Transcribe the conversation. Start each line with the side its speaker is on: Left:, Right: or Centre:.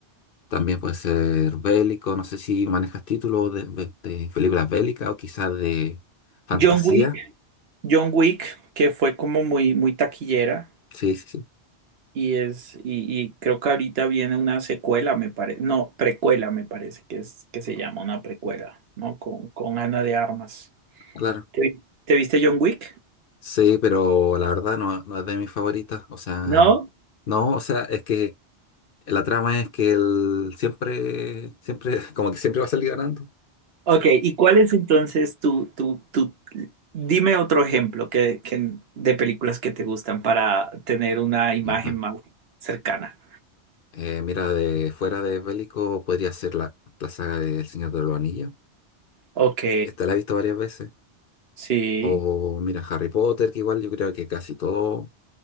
Left: También puede ser bélico, no sé si manejas títulos de, de- de películas bélicas o quizás de fantasía.
Right: John Wick, John Wick, que fue como muy, muy taquillera.
Left: Sí, sí, sí,
Right: Y es, y, y creo que ahorita viene una secuela, me parece, no, precuela me parece que es que se llama una precuela, ¿no? Con, con Ana de Armas.
Left: claro.
Right: ¿Te, vi- te viste John Wick?
Left: Sí, pero la verdad no, no es de mis favoritas. O sea,
Right: ¿No?
Left: no, o sea, es que la trama es que él siempre, siempre, <laughs> como que siempre va a salir ganando.
Right: Ok, ¿y cuál es entonces tu, tu, tu, dime otro ejemplo que, que- de películas que te gustan para tener una imagen
Left: Ajá.
Right: más cercana.
Left: Eh, mira, de fuera de bélico podría ser la, la saga de El Señor de los Anillos.
Right: Ok,
Left: Esta la he visto varias veces.
Right: sí.
Left: O mira, Harry Potter, que igual yo creo que casi todo